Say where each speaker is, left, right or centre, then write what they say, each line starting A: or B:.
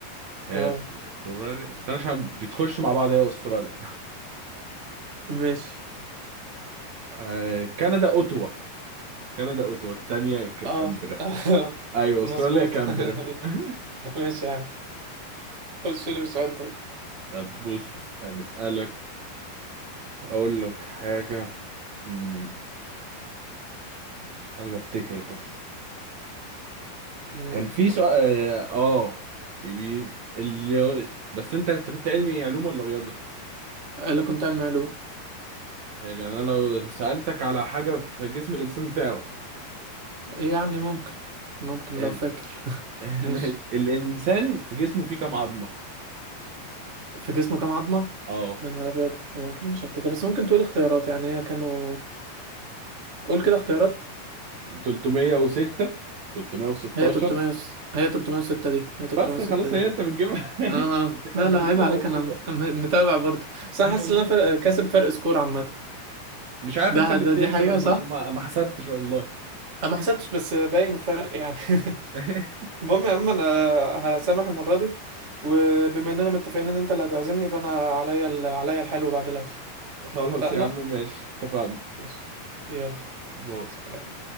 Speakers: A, on the right; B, on the right.
A: هي
B: اه
A: استراليا استنى عشان بتخش مع بعض هي استراليا
B: ماشي
A: آه، كندا أوتوا كندا أوتوا التانية ك-
B: اه
A: كامبرا
B: <laughs>
A: أيوة استراليا
B: مظبوط
A: كامبرا <laughs>
B: <laughs> ماشي يا عم خش لي بسؤال طيب
A: طب بص أسأل- نسألك أقول لك حاجة مم، عايز أفتكر بس
B: امم
A: كان في سؤال اه آه، بي... اللي... بس انت انت كنت علمي إيه، علوم ولا رياضه
B: لا كنت علم علوم
A: حلو يعني انا لو سالتك على حاجه في جسم الانسان تعرف
B: يعني ممكن ممكن
A: ال-
B: لو فاكر <laughs>
A: <laughs>
B: ماشي
A: ماشي. الانسان في جسمه فيه كام عظمه
B: في جسمه كام عظمة
A: اه
B: يا نهار ابيض أنا اكيد مش هفتكر بس ممكن تقول اختيارات يعني هي كانوا قول كده اختيارات
A: 306 316
B: هي 300 وس... هي 306 دي هي
A: بس
B: 306
A: خلاص
B: دي
A: هي انت بتجيبها
B: اه
A: <laughs>
B: اه
A: تبقى
B: لا
A: المعلومه
B: لا عيب عليك
A: موجوده
B: انا م- م- متابع برضه
A: <laughs>
B: بس انا حاسس ان انا فرق... كاسب فرق سكور عامه
A: مش عارف
B: ده
A: انت اللي
B: ده
A: بتحسب
B: دي حقيقه
A: انا ما
B: صح
A: انا ما ما حسبتش والله
B: انا ما حسبتش بس باين الفرق يعني <laughs>
A: <laughs>
B: المهم يا عم انا هسامح المره دي وبما اننا متفقين ان انت اللي هتعزمني فانا عليا ال... عليا الحلو بعد الاكل
A: خلاص
B: اتفقنا
A: يا عم ماشي اتفقنا
B: ماشي يلا
A: باي
B: سلام